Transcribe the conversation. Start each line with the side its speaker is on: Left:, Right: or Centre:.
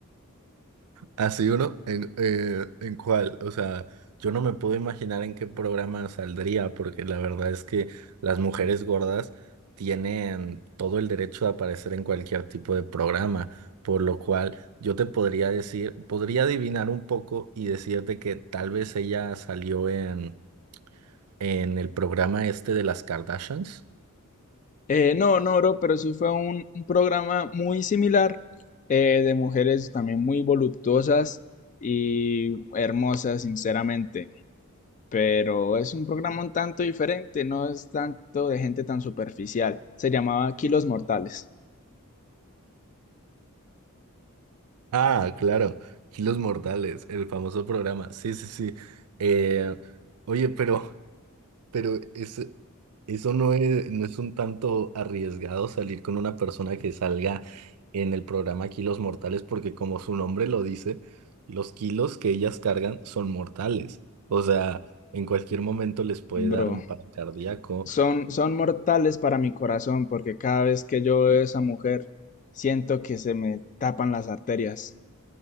Right: Así uno, ¿en, eh, en cuál? O sea, yo no me puedo imaginar en qué programa saldría, porque la verdad es que las mujeres gordas tienen todo el derecho de aparecer en cualquier tipo de programa, por lo cual yo te podría decir, podría adivinar un poco y decirte que tal vez ella salió en, en el programa este de las Kardashians.
Left: Eh, no, no, bro, pero sí fue un, un programa muy similar eh, de mujeres también muy voluptuosas y hermosas, sinceramente. Pero es un programa un tanto diferente, no es tanto de gente tan superficial. Se llamaba Kilos Mortales,
Right: Ah, claro, Kilos Mortales, el famoso programa. Sí, sí, sí. Eh, oye, pero... Pero es, eso no es, no es un tanto arriesgado salir con una persona que salga en el programa Kilos Mortales, porque como su nombre lo dice, los kilos que ellas cargan son mortales. O sea, en cualquier momento les puede
Left: bro.
Right: dar un paro cardíaco,
Left: Son, son mortales para mi corazón porque cada vez que yo veo a esa mujer siento que se me tapan las arterias.